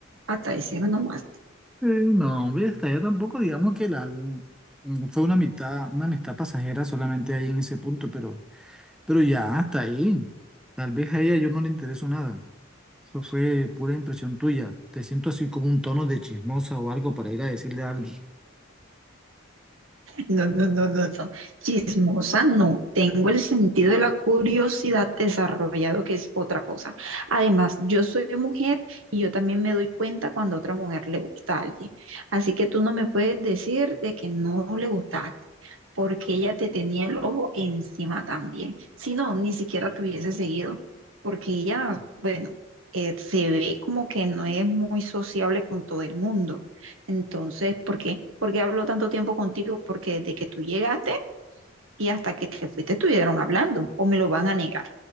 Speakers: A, on the right (about 80°); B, in the centre.
A: hasta diciendo nomás.
B: Eh, no, hombre, hasta allá tampoco, digamos que la mm, fue una amistad, una amistad pasajera solamente ahí en ese punto, pero, pero ya hasta ahí. Tal vez a ella yo no le intereso nada. Eso fue pura impresión tuya. Te siento así como un tono de chismosa o algo para ir a decirle a alguien.
A: No, no, no, no, no. Chismosa no. Tengo el sentido de la curiosidad desarrollado, que es otra cosa. Además, yo soy mujer y yo también me doy cuenta cuando a otra mujer le gusta a alguien. Así que tú no me puedes decir de que no le gustaste, porque ella te tenía el ojo encima también. Si no, ni siquiera te hubiese seguido, porque ella, bueno, eh, se ve como que no es muy sociable con todo el mundo. Entonces, ¿por qué? ¿Por qué habló tanto tiempo contigo? Porque desde que tú llegaste y hasta que te fuiste estuvieron hablando o me lo van a negar.